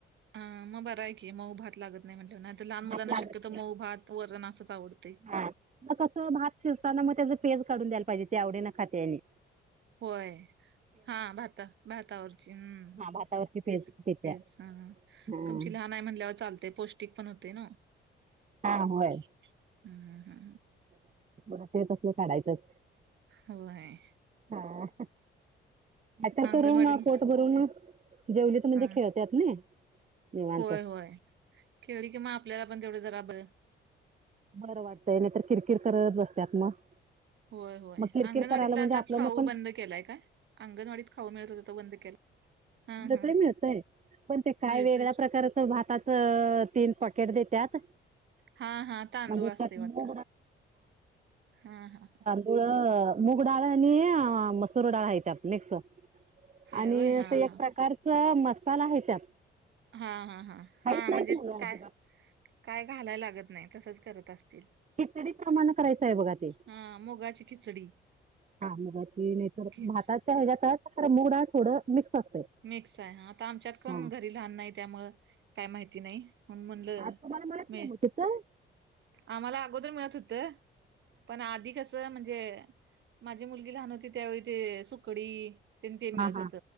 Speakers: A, on the right; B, on the right.
A: ह मग बर आहे की मऊ भात लागत नाही म्हटलं म्ह ना आ लहान
B: भात
A: मुलांना
B: लागत
A: शक्यतो
B: नाही
A: मऊ भात. वरण असच आवडतं.
B: हा मग कसं भात शिजताना मग त्याच पेज काढून द्यायला पाहिजे ते आवडे न खातेने.
A: होय. हा भाता भातावरची हम्म
B: हा भातावरची पेज
A: तेच तेच
B: त्याच्या
A: हा
B: हा
A: तुमची लहान. नाही म्हणल्यावर चालते पौष्टिक पण होते ना.
B: हा होय.
A: हम् हम हम.
B: म ते तस काढायचंच.
A: हो आहे.
B: हा. आ तरर
A: अंगणवाडी
B: करून कोर्ट भरून जेवले तर म्हणजे
A: हा
B: खेळतत ना. निवांत
A: होय होय खेवळी कि म आपल्याला पण तेवढे जरा बर.
B: बरं वाटतंय नाहीतर किरकिर करत बसतत मग.
A: होय होय
B: मग किरकिर
A: अंगणवाडीतला
B: करायला म्हणजे
A: आता
B: आपल्याला
A: खाऊ
B: पण
A: बंद केलाय काय अंगणवाडीत खाऊ मिळत होता तर बंद केला. हा
B: मिळतय
A: हा
B: मिळतय पण ते काय
A: मिळतोय.
B: वेगळ्या प्रकारच भातात. अ तीन पॉकेट देतात.
A: हा हा तांदूळ
B: म्हणजे
A: असतय
B: त्यात मो.
A: वाटतं हा हा
B: मुळ मूग डाळ आणि मसूर डाळ आहे त्यात मिक्सर.
A: हाय
B: आणि
A: होय हा
B: असं एक
A: हा.
B: प्रकारच मसाला आहे त्यात.
A: हा हा हा
B: काहीच
A: हा
B: नाहीत
A: म्हणजे
B: मुलं अजिबात
A: काय काय घालाय लागत नाही तसच करत. असतील.
B: खीचडी प्रमाणात. करा बघा ते
A: हा मुगाची खिचडी
B: नाही
A: खिच
B: भात. ात ख मुडा थोडा मिक्स. असतंय
A: मिक्स आहे ह आता आमच्यात कोण
B: हां
A: घरी लहान नाही त्यामुं काय माहिती नाही. म्हण म्हणलं
B: आज तुम्हाला मिळत
A: म
B: नाही मग तिथं
A: आम्हाला अगोदर मिळत होत पण आधी कस. म्हणजे माझी मुलगी लहान होती त्यावेळी ते सुकडी. ते मिळत
B: हां हां
A: होत